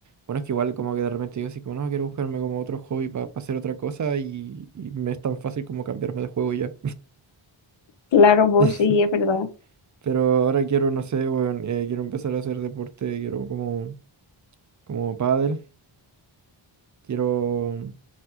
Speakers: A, on the right; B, on the left.
A: bueno, es que igual como que de repente digo así como, no, quiero buscarme como otro hobby para hacer otra cosa y, y me es tan fácil como cambiarme de juego y ya.
B: Claro, vos
A: <laughs>
B: sí, es verdad.
A: Pero ahora quiero, no sé, weón, eh, quiero empezar a hacer deporte, quiero como, como pádel, quiero